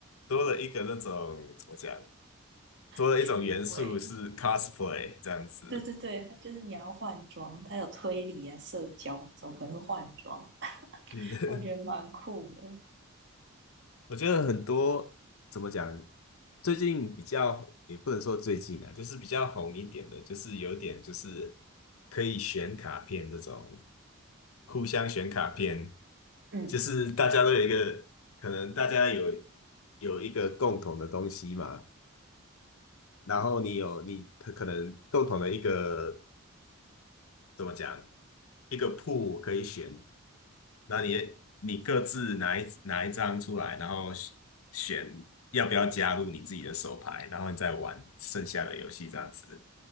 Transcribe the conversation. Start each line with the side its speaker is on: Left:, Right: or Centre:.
Left: 多了一个那种怎么讲，多了一种元素是
Right: 趣味。
Left: cosplay 这样子。
Right: 对对对，它就是你要换装，它有推理啊、社交，总可能是换装？<laughs>
Left: 嗯，
Right: 我觉得蛮酷的。
Left: <laughs> 我觉得很多怎么讲，最近比较也不能说最近啊，就是比较红一点的，就是有点就是可以选卡片这种，互相选卡片，
Right: 嗯，
Left: 就是大家都有一个，可能大家有有一个共同的东西嘛，然后你有你可可能共同的一个怎么讲，一个 pool 可以选，那你你各自拿一拿一张出来，然后选选要不要加入你自己的手牌，然后你再玩剩下的游戏这样子。